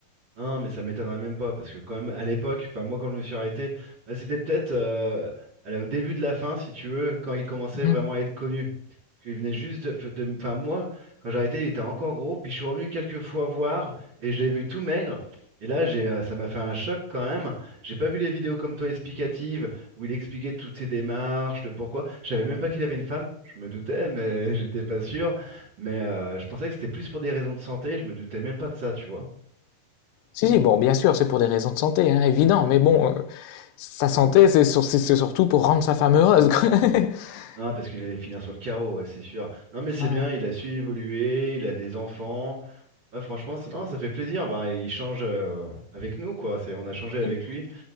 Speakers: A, on the right (about 35°); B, on the left (about 90°).
A: Non, mais ça m'étonnerait même pas, parce que quand même, à l'époque, enfin moi quand je me suis arrêté, bah, c'était peut-être euh, à la- au début de la fin, si tu veux, quand il commençait vraiment
B: hein. Mhm.
A: à être connu. Parce qu'il venait juste de, f- de- Enfin moi, quand j'ai arrêté, il était encore gros, puis je suis revenu quelques fois voir, et je l'ai vu tout maigre. Et là, j'ai, euh, ça m'a fait un choc quand même. J'ai pas vu les vidéos comme toi explicatives, où il expliquait toutes ses démarches, le pourquoi. Je savais même pas qu'il avait une femme, je me doutais, mais <laughs> j'étais pas sûr. Mais euh, je pensais que c'était plus pour des raisons de santé, je me doutais même pas de ça, tu vois.
B: Si, si, bon, bien sûr, c'est pour des raisons de santé, hein, évident, mais bon, euh, sa santé, c'est sur- c'est- c'est surtout pour rendre sa femme heureuse. quoi. <laughs>
A: Ah, parce qu'il allait finir sur le carreau, ouais, c'est sûr. Non, mais c'est
B: Ouais.
A: bien, il a su évoluer, il a des enfants. Ouais, franchement, c'est- non, ça fait plaisir. Bah, il change euh, avec nous, quoi. C'est, on a changé avec
B: Et-
A: lui,